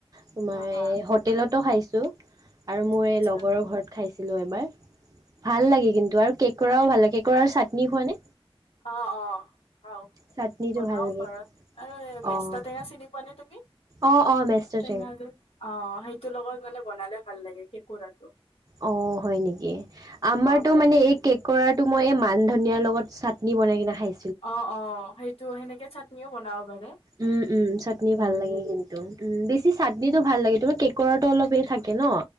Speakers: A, on the right; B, on the left.
A: তোমাৰ
B: হা হা
A: এ হোত টেলতো খাইছোঁ আৰু মোৰ
B: আচ্ছা
A: এই লগৰৰ ঘৰত খাইছিলোঁ এবাৰ ভাল লাগে কিন টো আৰু কেকৰাও ভাল লাগে কেকোঁৰাৰ চাটনি খোৱা নে?
B: অ অ খাও
A: চাটনিটো
B: বনাও
A: ভাল লাগে
B: ঘৰত এই মেষ্টা
A: অ',
B: টেঙা চিনি পোৱা নে তুমি
A: অ', অ', মেষ্টাৰ
B: টেঙা যে অ সেইটোৰ লগত মানে বনালে ভাল লাগে কেকোৰাটো
A: অ হয় নেকি আমাৰত
B: পাৰে
A: মানে
B: ধুনীয়াকে
A: এই কেক কোৰাটো মই এই মান ধনিয়াৰ লগত চাটনি বনাই কিনে খাই
B: অ অ সেইটো সেনেকে চাটনিও বনাব পাৰে
A: উম উম চাটনি ভাল লাগে কিন্তু উম বেছি চাটনিটো ভাল লাগে তোমাৰ কেকোঁৰাটো অলপ এই থাকে ন